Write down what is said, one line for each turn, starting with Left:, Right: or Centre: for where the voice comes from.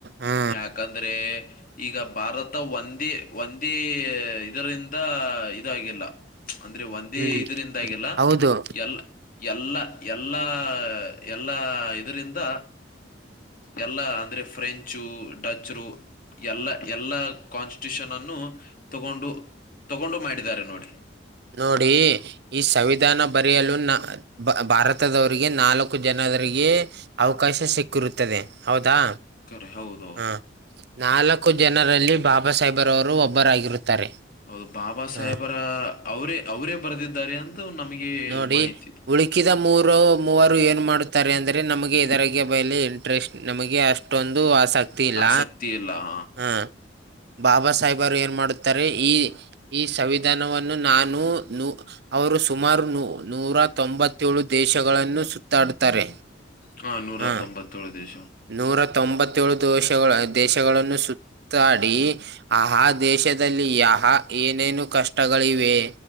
Right: ಹಾ
Left: ಯಾಕಂದ್ರೆ. ಈಗ ಭಾರತ ಒಂದೇ ಒಂದೇ ಇದರಿಂದ. ಇದ ಆಗಿಲ್ಲ ಅಂದ್ರೆ ಒಂದೇ
Right: ಹ್ಮ್
Left: ಇದರಿಂದ ಆಗಿಲ್ಲ
Right: ಹೌದು
Left: ಎಲ್ಲ. ಎಲ್ಲ ಎಲ್ಲ ಎಲ್ಲಾ ಇದರಿಂದ. ಎಲ್ಲಾ ಅಂದ್ರೆ ಫ್ರೆಂಚು ಡಚ್ರು ಎಲ್ಲ ಎಲ್ಲಾ ಕಾನ್ಸ್. ಟ್ಯೂಷನ್ನ್ನು ತಗೊಂಡು ತಗೊಂಡು ಮಾಡಿದ್ದಾರೆ ನೋಡಿ.
Right: ನೋಡಿ. ಈ ಸವಿಧಾನ ಬರೆಯಲು ನ ಭಾರತದವರಿಗೆ ನಾಲ್ಕು ಜನರಿಗೆ. ಅವಕಾಶ ಸಿಕ್ಕಿರುತ್ತದೆ ಹೌದಾ
Left: ಕರೆ ಹೌದೌದು
Right: ಹ ನಾಲಕ್ಕು. ಜನರಲ್ಲಿ ಬಾಬಾ ಸಾಹೇಬರವರು ಒಬ್ಬರಾಗಿರುತ್ತಾರೆ.
Left: ಹೌದು ಬಾಬಾ ಸಾಹೇಬರ
Right: ಹ
Left: ಅವರೇ ಅವರೇ ಬರೆದಿದ್ದಾರೆ ಅಂತ ನಮಗೆ.
Right: ನೋಡಿ
Left: ಮಾಹಿತಿ
Right: ಹುಳಿಕಿದ ಮೂರು ಮೂವರು ಏನ್ ಮಾಡುತ್ತಾರೆ ಅಂದ್ರೆ ನಮಗೆ
Left: ಇದೆ.
Right: ಇದರಗೆ ಬಯಲಿ. ಟ್ರಸ್ಟ್ ನಮಗೆ ಅಷ್ಟೊಂದು ಆಸಕ್ತಿ ಇಲ್ಲ.
Left: ಆಸಕ್ತಿ ಇಲ್ಲ ಹಾ.
Right: ಹಾ ಬಾಬಾ ಸಾಹೇಬರು ಏನ್ ಮಾಡುತ್ತ. ತರೆ ಈ ಈ ಸವಿಧಾನವನ್ನು ನಾನು ನು ಅವರು ಸುಮಾರು ನು. ನೂರ ತೊಂಬತ್ತೇಳು ದೇಶಗಳನ್ನು ಸುತ್ತಾಡುತ್ತಾರೆ.
Left: ಹಾ ನೂರ
Right: ಹ
Left: ಹತ್ತೊಂಬತ್ತೇಳು ದೇಶ
Right: ನೂರ ತೊಂಬತ್ತಏೇಳು ದೋಶಗಳ ದೇಶಗಳನ್ನು ಸು. ತ್ತಾಡಿ ಆಹ ದೇಶದಲ್ಲಿ ಯಹ ಏನೇನು ಕಷ್ಟಗಳಿವೆ.